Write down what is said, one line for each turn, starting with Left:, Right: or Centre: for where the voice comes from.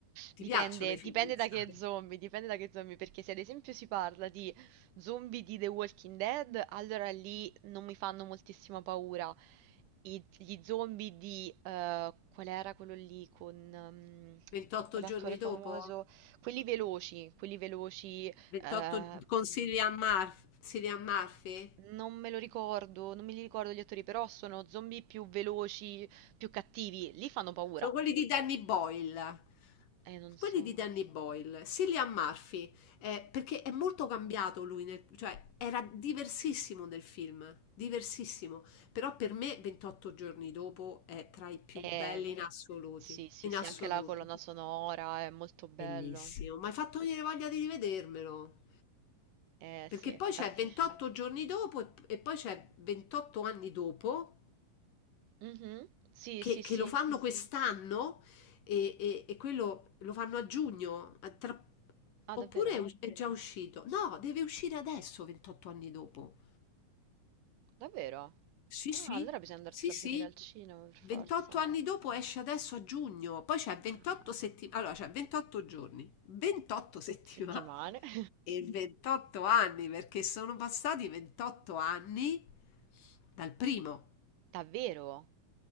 Left: ti
Right: dipende,
Left: piacciono i film
Right: dipende
Left: di Zara?
Right: da che zombie, dipende da che zombie, perché se ad esempio si parla di zombie di The Walking Dead, allora lì non mi fanno moltissima paura. I- gli zombie di... eh, qual era quello lì con... ehm,
Left: 28
Right: Quell'attore
Left: giorni
Right: famoso,
Left: dopo?
Right: quelli veloci, quelli veloci,
Left: 28
Right: eh,
Left: con Cillian Murphy? Cillian Murphy?
Right: Non me lo ricordo, non me li ricordo gli attori, però sono zombie più veloci, più cattivi. Lì fanno paura.
Left: Sono quelli di Danny Boyle.
Right: Eh, non
Left: Quelli
Right: so.
Left: di Danny Boyle, Cillian Murphy, eh, perché è molto cambiato lui, nel- cioè era diversissimo nel film, diversissimo, però per me 28 giorni dopo è tra i più
Right: Eh,
Left: belli in assoluti,
Right: sì, sì,
Left: in
Right: sì,
Left: assoluto.
Right: anche la colonna sonora è molto bello.
Left: Bellissimo, mi hai fatto venire voglia di rivedermelo.
Right: Eh,
Left: Perché
Right: sì, infatti.
Left: poi c'è 28
Right: <laughs>
Left: giorni dopo e, e poi c'è 28 anni dopo
Right: Mhm. Sì,
Left: che,
Right: sì,
Left: che
Right: sì.
Left: lo fanno quest'anno e, e- e quello lo fanno a giugno, a tra-
Right: Ah,
Left: oppure
Right: davvero?
Left: è, us- è già uscito? No, deve uscire adesso, 28 anni dopo.
Right: Davvero?
Left: Sì,
Right: Ah,
Left: sì,
Right: allora bisogna andarselo
Left: sì, sì.
Right: a vedere al cinema, per
Left: 28
Right: forza.
Left: anni dopo esce adesso a giugno, poi c'è 28
Right: Ah,
Left: settimane, allora c'è 28 giorni, 28 settimane
Right: settimane. <laughs>
Left: e 28 anni perché sono passati 28 anni dal primo.
Right: Davvero?